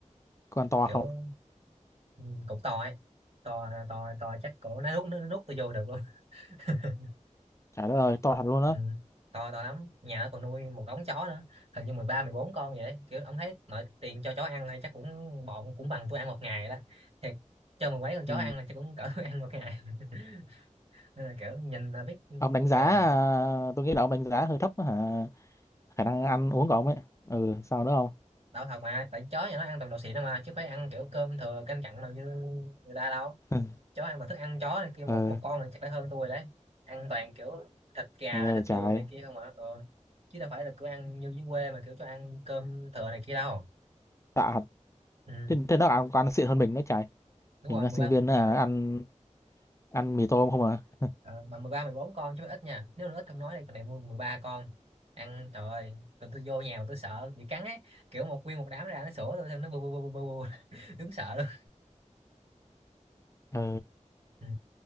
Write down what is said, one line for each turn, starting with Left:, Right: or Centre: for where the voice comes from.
Left: con to
Right: kiểu
Left: không?
Right: ừ, cũng to ấy to to to chắc cổ nó rút nó, nó rút tôi vô được luôn <laughs>
Left: Trời đất ơi, to thật luôn á.
Right: ừ. to to lắm nhà nó còn nuôi một đống chó nữa hình như mười ba mười bốn con vậy đấy. kiểu ông thấy nội tiền cho chó ăn thôi chắc cũng bọn cũng bằng tôi ăn một ngày đó thiệt cho mười mấy con chó
Left: Ừ.
Right: ăn là chắc cũng cỡ <laughs> tôi ăn một ngày <laughs> nên là kiểu nhìn là biết ừ,
Left: Ông đánh giá,
Right: gọi là
Left: à, tôi nghĩ là ông đánh giá hơi thấp á hả? Khả năng ăn uống của ông ấy. Ừ, sao nữa không?
Right: đau thật mà tại chó nhà nó ăn toàn đồ xịn đâu mà chứ phải ăn kiểu cơm thừa canh cặn đâu như người ta đâu
Left: <laughs>
Right: chó ăn toàn thức ăn chó này kia một
Left: Ừ,
Right: một con này chắc đã hơn tôi đấy ăn toàn kiểu thịt gà
Left: nghe
Right: thịt
Left: vậy trời.
Right: đùi này kia không mà ừ. chứ đâu phải là cứ ăn như dưới quê mà kiểu cho ăn cơm thừa này kia đâu
Left: Tạ thật.
Right: ừ.
Left: Thế, thế nó ăn, ăn xịn hơn mình nữa trời.
Right: đúng
Left: Mình
Right: rồi
Left: là
Right: mười
Left: sinh
Right: ba mười
Left: viên à,
Right: mà
Left: ăn ăn mì tôm không à?
Right: ờ, mà 13 14 con chứ ít nha nếu nó ít không nói đây còn này mua 13 con ăn trời ơi còn tôi vô nhà mà tôi sợ bị cắn ấy kiểu một nguyên một đám ra nó sủa tôi xong nó bu bu bu bu bu <laughs> bu. đúng sợ luôn
Left: Ừ,
Right: ừ.